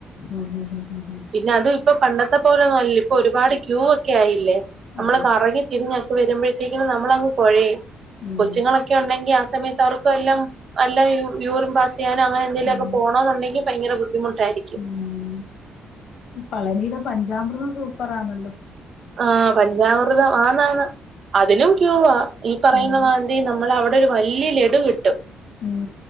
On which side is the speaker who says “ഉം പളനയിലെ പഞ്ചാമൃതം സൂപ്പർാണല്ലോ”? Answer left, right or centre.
Left